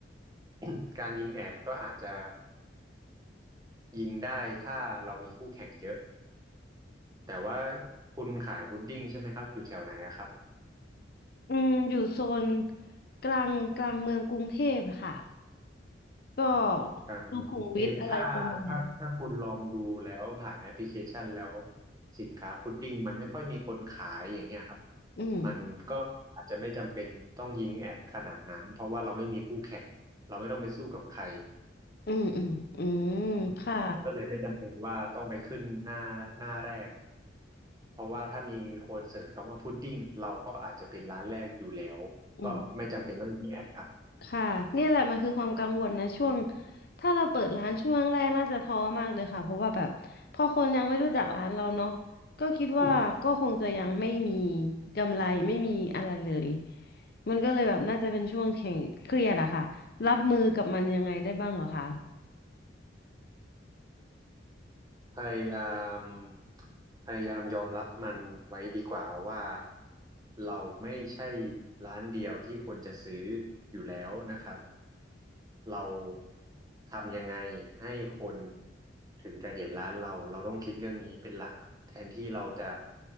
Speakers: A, on the right; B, on the left.
A: <clears throat> การยิงแอดก็อาจจะยิงได้ถ้าเรามีคู่แข่งเยอะ แต่ว่าคุณขายพุดดิ้งใช่ไหมครับอยู่แถวไหนอะครับ
B: อืมอยู่โซนกลางกลางเมืองกรุงเทพค่ะ ก็
A: อ๋อกลางเมืองกรุงเทพถ้าถ้าถ้าคุณลองดูแล้วผ่านแอปพลิเคชันแล้ว
B: สุขุมวิทอะไรประมาณนั้น
A: สินค้าพุดดิ้งมันไม่ค่อยมีคนขายอย่างเงี้ยครับ
B: อืม
A: มันก็อาจจะไม่จำเป็นต้องยิงแอดขนาดนั้นเพราะว่าเราไม่มีคู่แข่งเราไม่ต้องไปสู้กับใคร
B: อืมอืมอืม
A: อืมอืมมันก็เลยไม่จำเป็นว่าต้องไปขึ้นหน้าหน้าแรก
B: ค่ะ
A: เพราะว่าถ้ามีคนเสิร์ชคำว่าพุดดิ้งเราก็อาจจะเป็นร้านแรกอยู่แล้วก็ไม่จำเป็นต้องยิงแอดครับ
B: อืม ค่ะเนี่ยแหละมันคือความกังวลนะช่วงถ้าเราเปิดร้านช่วงแรกน่าจะท้อมากเลยค่ะเพราะว่าแบบพอคนยังไม่รู้จักร้านเราเนาะก็คิดว่าก็คงจะยังไม่มี
A: <coughs>
B: กำไรไม่มีอะไรเลยมันก็เลยแบบน่าจะเป็นช่วงแข่งเครียดอะค่ะรับมือกับมันยังไงได้บ้างเหรอคะ
A: พยายามพยายามยอมรับมันไว้ดีกว่าว่าเราไม่ใช่ร้านเดียวที่คนจะซื้ออยู่แล้วนะครับเราทำยังไงให้คนถึงจะเห็นร้านเราเราต้องคิดเรื่องนี้เป็นหลักแทนที่เราจะ